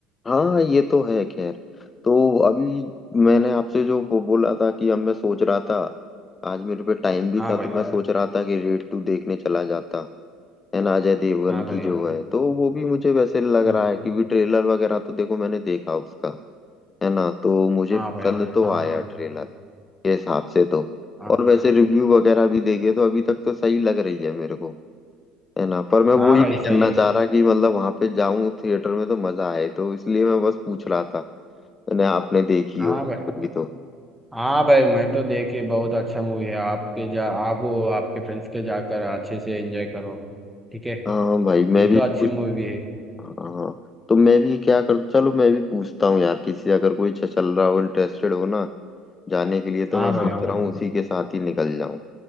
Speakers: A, on the left; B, in the centre.
A: हाँ ये तो है खैर तो अभी मैंने आपसे जो वो बोला था कि अब मैं सोच रहा था आज मेरे पे टाइम भी
B: हाँ
A: था
B: भाई
A: तो मैं सोच रहा था कि रेड टू देखने चला जाता है ना अजय देवगन
B: हाँ भाई
A: की जो है तो वो भी मुझे वैसे लग
B: हाँ।
A: रहा है क्योंकि ट्रेलर वगैरह तो देखो मैंने देखा उसका है ना तो मुझे
B: हाँ
A: पसंद
B: भाई
A: तो
B: हाँ
A: आया
B: भाई
A: ट्रेलर के हिसाब से तो
B: हाँ
A: और वैसे रिव्यू वगैरह भी देखे तो अभी तक तो सही लग रही है मेरे को है ना पर मैं
B: हाँ
A: वो ही
B: भाई
A: नहीं
B: सही
A: करना चाह रहा कि मतलब वहां पे जाऊं थिएटर में तो मजा आए तो इसलिए मैं बस पूछ रहा था ना आपने देखी
B: हाँ
A: हो कभी
B: भाई
A: तो
B: हाँ भाई मैं तो देखे बहुत अच्छा मूवी है आप पे जा आप वो आपके फ्रेंड्स के जाकर अच्छे से एंजॉय करो ठीक है
A: हाँ भाई
B: ये
A: मैं भी
B: तो अच्छी
A: कुछ
B: मूवी है
A: हाँ तो मैं भी क्या कर चलो मैं भी पूछता हूँ यार किसी से अगर कोई च- चल रहा हो इंटरेस्टेड हो ना जाने के लिए
B: हाँ
A: तो मैं
B: भाई
A: सोच
B: हाँ भाई
A: रहा हूँ उसी के साथ ही निकल जाऊं